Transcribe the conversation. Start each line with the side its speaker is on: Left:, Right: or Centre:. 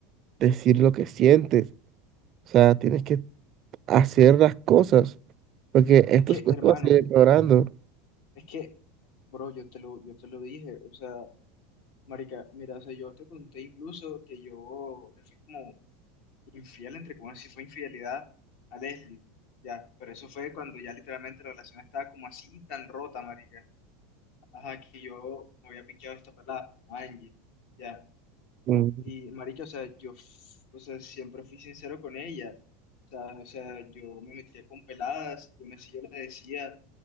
Right: decir lo que sientes, o sea, tienes que hacer las cosas, porque esto,
Left: Es que,
Right: esto
Left: hermano,
Right: va a seguir empeorando.
Left: es que, bro, yo te lo, yo te lo dije, o sea, marica, mira, o sea, yo te conté incluso que yo le fui como Infiel, entre comillas, sí fue infidelidad a Leslie. Ya, pero eso fue cuando ya literalmente la relación estaba como así, tan rota, marica. Ajá, que yo me había pinchado esta pelada, Angie. Ya.
Right: Mm,
Left: Y, marica, o sea, yo, f- o sea, siempre fui sincero con ella. O sea, o sea, yo me metía con peladas, yo me yo le decía